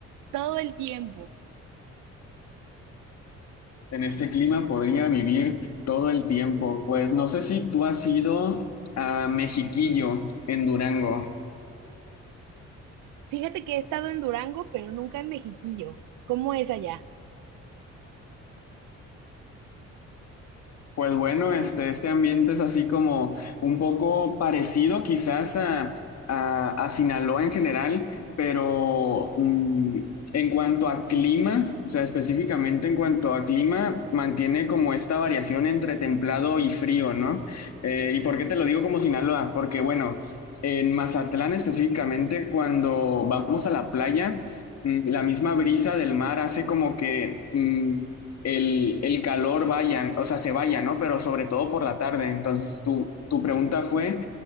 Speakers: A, on the right; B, on the left.
A: todo el tiempo.
B: En este clima podría vivir todo el tiempo. Pues no sé si tú has ido a Mexiquillo en Durango.
A: Fíjate que he estado en Durango, pero nunca en Mexiquillo. ¿Cómo es allá?
B: Pues bueno, este, este ambiente es así como un poco parecido quizás a, a- a Sinaloa en general, pero mm, en cuanto a clima, o sea, específicamente en cuanto a clima, mantiene como esta variación entre templado y frío, ¿no? Eh, ¿y por qué te lo digo como Sinaloa? Porque bueno, en Mazatlán específicamente, cuando vamos a la playa, mm, la misma brisa del mar hace como que... mm, el, el calor vayan, o sea, se vaya, ¿no? Pero sobre todo por la tarde. Entonces, tu, tu pregunta fue,